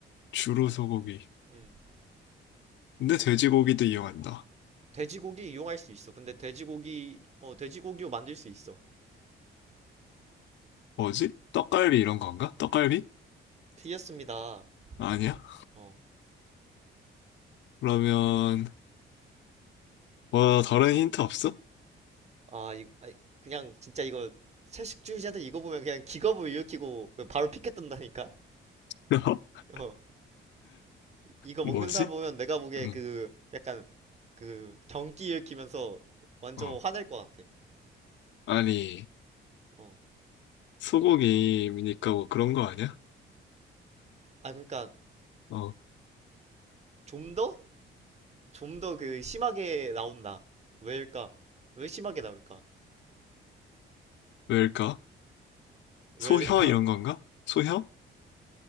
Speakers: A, on the left; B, on the right.
A: 주로 소고기.
B: 음.
A: 근데 돼지고기도 이용한다.
B: 돼지고기 이용할 수 있어. 근데 돼지고기 어 돼지고기로 만들 수 있어.
A: 뭐지? 떡갈비 이런 건가? 떡갈비?
B: 틀렸습니다.
A: 아니야?
B: 어.
A: 그러면 뭐 다른 힌트 없어?
B: 아, 이 아이, 그냥 진짜 이거 채식주의자들 이거 보면 그냥 기겁을 일으키고 그 바로 피켓 뜬다니까.
A: <laughs>
B: 어. 이거 먹는
A: 뭐지?
B: 사람 보면 내가 보기에
A: 음,
B: 그 약간 그 경기 일으키면서 완전
A: 어.
B: 화낼 것 같아.
A: 아니
B: 어.
A: 소고기니까 뭐 그런 거 아니야?
B: 아 그러니까
A: 어,
B: 좀 더? 좀 더 그 심하게 나온다. 왜일까? 왜 심하게 나올까?
A: 왜일까?
B: 왜일까?
A: 소혀 이런 건가? 소혀?